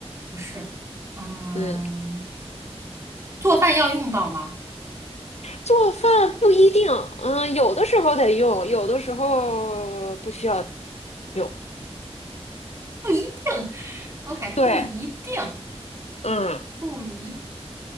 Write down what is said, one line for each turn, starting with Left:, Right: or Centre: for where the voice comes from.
Right: 不是。嗯，
Left: 嗯，
Right: 做饭要用到吗？
Left: 做饭不一定，嗯，有的时候得用，有的时候不需要用。
Right: 定，OK，不一定，
Left: 对，嗯，
Right: 不一。